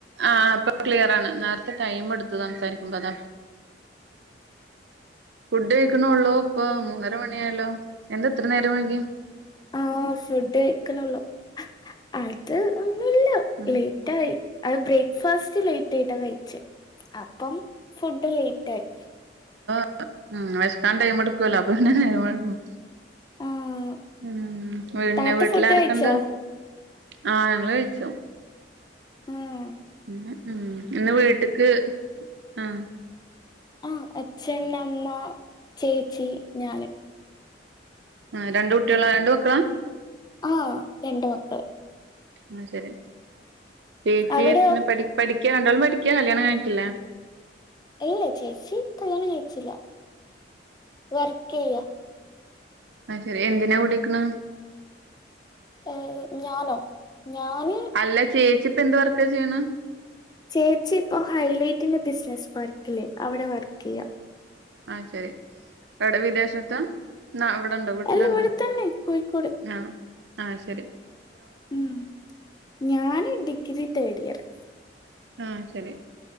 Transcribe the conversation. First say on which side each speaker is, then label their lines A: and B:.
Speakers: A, on the right; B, on the left.
A: ആ ഇപ്പൊ ക്ലിയർ ആണ്. നേരത്തെ ടൈം എടുത്തു സംസാരിക്കുമ്പോ അതാ.
B: <inaudible>
A: ഫുഡ് കഴിക്കണുള്ളൂ. ഇപ്പൊ മൂന്നര മണിയായല്ലോ എന്താ എത്ര നേരം വഴുകി
B: ആ ഫുഡ് കഴിക്കണുള്ളു അത് ഉണ്ടു.
A: ഉം
B: ലേറ്റ് ആയി അത് ബ്രേക്ക്ഫാസ്റ്റ് ലേറ്റ് ട്ടിട്ടാ കഴിച്ചേ അപ്പം ഫുഡ് ലേറ്റ് ആയി.
A: ആ വെശക്കാൻ ടൈം എടുക്കുവല്ലോ അപ്പ പിന്നെ ടൈം എടുക്കും.
B: ആഹ്
A: ഉം പിന്നെ
B: താത്ത
A: വീട്ടില്
B: ഫുഡ്
A: ആരൊക്കെണ്ട്?
B: കഴിച്ചോ
A: ആ ഞങ്ങള് കഴിച്ചു
B: ഉം
A: ഉം ഉം ഇന്ന് വീട്ടിക്ക് ഉം
B: ആ അച്ഛൻ അമ്മ ചേച്ചി ഞാന്
A: ആ രണ്ട് കുട്ടികളാ രണ്ട് മക്കാ.
B: ആ രണ്ട് മക്കള്
A: ആ ശരി. ചേച്ചി
B: അവിടെയോ
A: പിന്നെ പഠി പഠി ക്ക രണ്ടാളും പഠിക്കാ കല്യാണം കഴിഞ്ഞിട്ടില്ല
B: ഇല്ലില്ല. ചേച്ചി കല്യാണം കഴിച്ചില്ല വർക്ക് ചെയ്യാ
A: ആ ശരി എന്തിനാ പഠിക്കാണ്
B: ഏ ഞാനോ ഞാന്.
A: അല്ല ചേച്ചി ഇപ്പ എന്ത് വർക്കാ ചെയ്യ്ണ്
B: ചേച്ചി ഇപ്പോ ഹൈലി പിന്നെ ബിസിനസ് പാർക്കില്ലേ അവിടെ വർക്ക് ചെയ്യാം
A: ആഹ ശരി എവിടെ വിദേശത്താ ന്നാ അവ്ടെണ്ടോ വീട്ടില്ണ്ടോ
B: അല്ല ഇവിടെ തന്നെ കോഴിക്കോട്
A: ആഹ് ആഹ് അത്ശെരി
B: ഉം ഞാന് ഡിഗ്രി തേഡ്‌യറ്
A: ആഹ് ശെരി